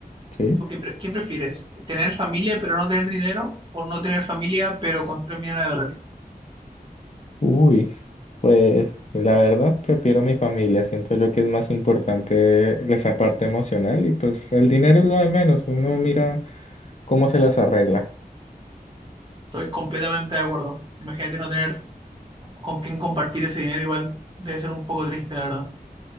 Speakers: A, on the left; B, on the right.
A: Sí.
B: ¿Tú qué, pre- quién prefieres? ¿Tener familia pero no tener dinero o no tener familia pero con 3 millones de dólares?
A: Uy, pues la verdad prefiero mi familia, siento yo que es más importante esa parte emocional y pues el dinero es lo de menos, uno mira cómo se las arregla.
B: Estoy completamente de acuerdo. Imagínate no tener con quién compartir ese dinero, igual debe ser un poco triste, la verdad.